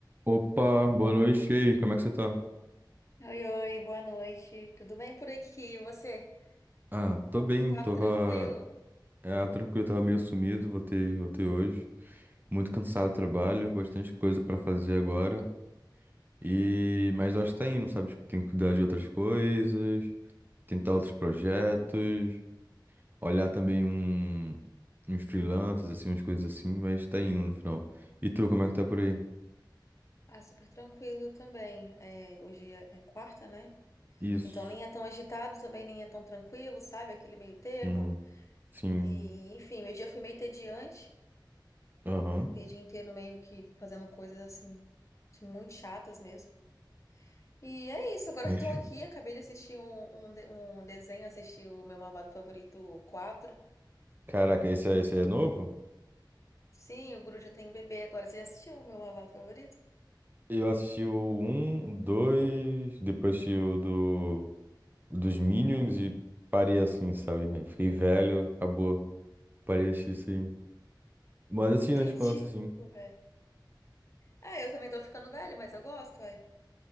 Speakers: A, on the right (about 25°); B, on the left (about 40°).
A: Opa, boa noite. E aí, como é que você tá?
B: Oi, oi, boa noite. Tudo bem por aqui? E você?
A: Ah, tô
B: Como
A: bem,
B: tá?
A: tava.
B: Tá tranquilo?
A: É, tranquilo, tava meio sumido, voltei, voltei hoje. Muito cansado do trabalho, bastante coisa pra fazer agora. E mas eu acho que tá indo, sabe? Tipo, tem que cuidar de outras coisas, tentar outros projetos, olhar também um uns freelancers, assim, umas coisas assim, mas tá indo no final. E tu, como é que tá por
B: Hum.
A: aí?
B: Ah, super tranquilo também. É, hoje é, é quarta, né?
A: Isso.
B: Então nem é tão agitado, também nem é tão tranquilo, sabe? Aquele meio termo.
A: Sim, sim.
B: E, enfim, meu dia foi meio entediante.
A: Aham.
B: Fiquei o dia inteiro meio que fazendo coisas assim, assim, muito chatas mesmo. E é isso, agora
A: <laughs>
B: eu tô aqui, acabei de assistir um, um, de- um desenho, assisti o meu Malvado Favorito 4.
A: Caraca, esse, é- esse aí é novo?
B: Sim, o Guru já tem um bebê agora. Você já assistiu o meu Malvado Favorito?
A: Eu assisti o um o 2, depois assisti o do, dos Minions e parei assim, sabe? Aí Fiquei velho, acabou. Parei de assistir isso aí. Mas assisti
B: <laughs> Entendi.
A: na infância, assim.
B: Velho. Ah, eu também tô ficando velha, mas eu gosto, ué.